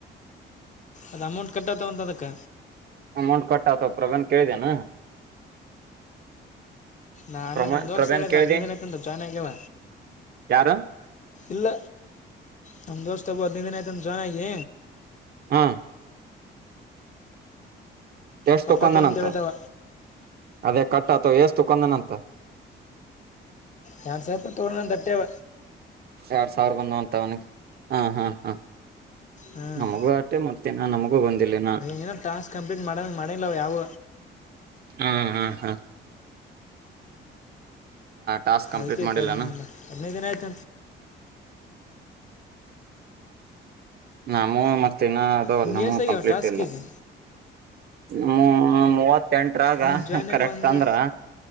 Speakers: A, on the left; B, on the right.
A: ಅದು ಅಮೌಂಟ್ ಕಟ್ಟತ ಒಂತ ಅದಕ್ಕ
B: ಅಮೌಂಟ್ ಕಟ್ಟಾತ ಪ್ರಗನ್ ಕೇಳಿದೆೇನಾ
A: ನಾಲ್ಲ
B: ಪ್ರಮ
A: ನಮ ದೋಸ್
B: ಪ್ರವೀಣ್
A: ಹೇಳ್
B: ಕೇಳಿದಿ
A: ಹದಿನೈದು ದಿನ ತಿಂತ ಜಾಯ್ನ್ ಆಗ್ಯವ
B: ಯಾರು
A: ಇಲ್ಲ ನಮ ದೋಸ್ತ ಅಬ್ಬ ಹದ್ನೈದು ದಿನ ಆಯ್ತು ನಮ ಜಾಯ್ನ್ ಆಗಿ
B: ಹ್ಮ್ ಎಷ್ಟ್
A: ಕಟ್ಟತ
B: ತಕೊಂಡನಂತ
A: ಅಂತೇಳತಾವ
B: ಅದೇ ಕಟ್ಟ ಅಥವಾ ಎೇಸ್ತು ಕೊಂದನಂತ
A: ನನ್ ಸಪ ತೋಡ ನ ತಟ್ಟವ
B: ಎರಡ್ ಸಾವಿರ ಬಂದ ಅಂತ ಅವನಿಗೆ ಹಾ ಹಾ ಹಾ
A: ಹಾಂ
B: ನಮಗೂ ಆಟೆ ಮಾಡ್ತೀನಾ ನಮಗೂ ಬಂದಿಲ್ಲನಾ
A: ಏನೋ ಟಾಸ್ಕ್ ಕಂಪ್ಲೀಟ್ ಮಾಡಂಗೆ ಮಾಡಂಗಿಲ್ಲ ಅವು ಯಾವ
B: ಹಾ ಹಾ ಹಾ ಟಾಸ್ಕ್ ಕಂಪ್ಲೀಟ್
A: ಅದಕ್ಕೆ
B: ಮಾಡಿಲ್ಲಾನ
A: ಕಡಿ ಮಾಡಲ್ಲ ಅದನಗನ ಆಯ್ತ
B: ನಾಮೂ ಮತ್ತ ಇನ್ನ ಅದ
A: ನಿನ್ನ
B: ಅಲ್ ನಮ್ಮೂ
A: ಏಸಾಗ್ಯಾವ
B: ಕಂಪ್ಲೀಟ್
A: ಟಾಸ್ಕಿಗೆ
B: ಇಲ್ಲ ಹ ಮೂವತ್ತೆಂಟರಾಗ
A: ನೀ ಜಾಯ್ನ್
B: ಕರೆಕ್ಟ್
A: ಆಗಿ ಒಂದು
B: ಅಂದ್ರ